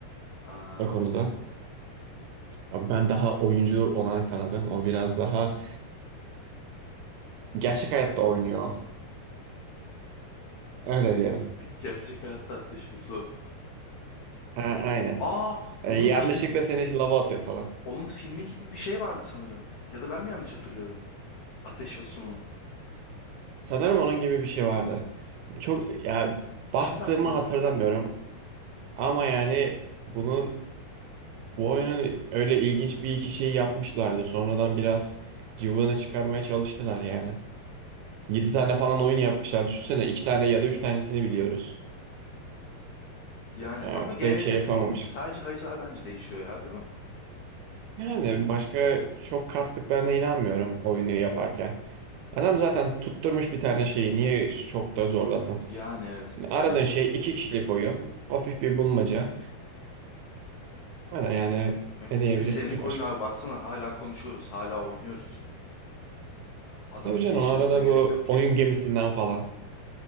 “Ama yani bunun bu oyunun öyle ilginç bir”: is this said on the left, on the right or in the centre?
Right